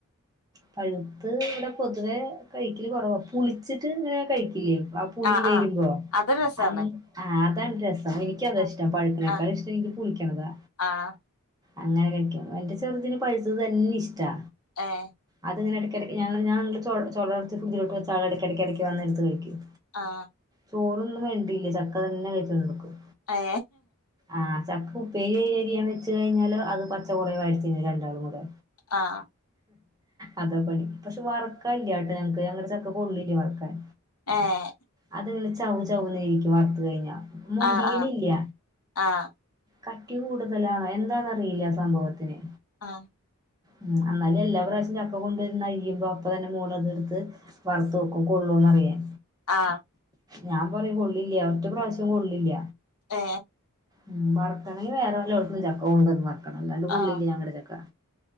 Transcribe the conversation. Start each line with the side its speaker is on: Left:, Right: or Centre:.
Right: പഴുത്ത് ഇവിടെ പൊതുവെ കഴിക്കല് കുറവാ പുളിച്ചിട്ട് ഇങ്ങനെ കഴിക്കില്ലേ ആ പുളി
Left: ആഹ്
Right: വരുമ്പോ
Left: ആഹ് അതൊരു രസാണ്
Right: അ <unintelligible> എനിക്കതാ
Left: ഉം
Right: ഇഷ്ടം പഴുക്കണേക്കാളും
Left: ആഹ്
Right: ഇഷ്ടം എനിക്ക് പുളിക്കണതാ
Left: ആഹ്
Right: അങ്ങനെ കഴിക്കും എന്റെ ചെറുതിന് പഴുത്തത് വല്ല്യ ഇഷ്ടാ
Left: ആഹ്
Right: അതങ്ങനെ ഇടക്കെടക്ക് ഞങ്ങള് ഞ ഞാൻ ചൊള അടത്തിയിട്ട് ഫ്രിഡ്ജിലോട്ട് വച്ചാ അത് ഇടക്കിടക്കിടക്ക് വന്ന് എടുത്ത് കഴിക്കും
Left: ആഹ്
Right: ചോറൊന്നും വേണ്ടിയില്ല ചക്ക തന്നെ കഴിച്ചോണ്ടടക്കും
Left: ഏ
Right: ആ ചക്ക ഉപ്പേരി അരിയാൻ വെച്ച് കഴിഞ്ഞാല് അത് പച്ച കുറേ വാരി തിന്നും രണ്ടാളും കൂടെ
Left: ആഹ്
Right: അതാപണി പക്ഷേ വറക്കാല്ല്യട്ടോ ഞങ്ങക്ക് ഞങ്ങളെ ചക്ക കൊള്ളില്ല വറക്കാൻ
Left: ഏഹ്
Right: അത് പിന്നെ ച ചൗ ചൗനെയ്ക്കും വർത്തു കഴിഞ്ഞാ മുരിയിണില്ല
Left: ആഹ് ആഹ് ആഹ്
Right: കട്ടി കൂടുതലാണോ എന്താന്നറിയില്ല ആ സംഭവത്തിന്
Left: ആഹ്
Right: ഉം എന്നാലും എല്ലാ പ്രാവശ്യം ച ഇപ്പ കൊണ്ടന്ന്ഴ്യുമ്പോ അപ്പ തന്നെ മോളത് എടുത്ത് വറുത്ത് വെക്കും കൊള്ളോന്നറിയാൻ
Left: ആഹ്
Right: ഞാൻ പറയും കൊള്ളില്ല ഒറ്റ പ്രാവശ്യം കൊള്ളില്ല
Left: ഏ
Right: ഉം ബർക്കണങ്കി വേറെ വല്ലോട്ത് ചക്ക കൊണ്ടന്ന് അല്ലാണ്ട് കൊള്ളില്ല
Left: ആഹ്
Right: ഞങ്ങടെ ചക്ക